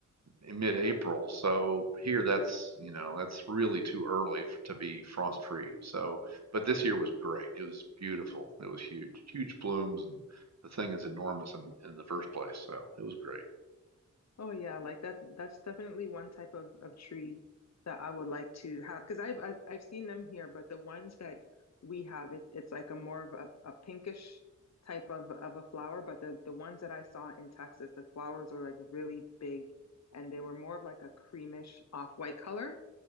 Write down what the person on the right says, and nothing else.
in mid-April. So here, that's, you know, that's really too early f- to be frost-free. So, but this year was great. It was beautiful. It was huge, huge blooms, and the thing is enormous in, in the first place. So it was great.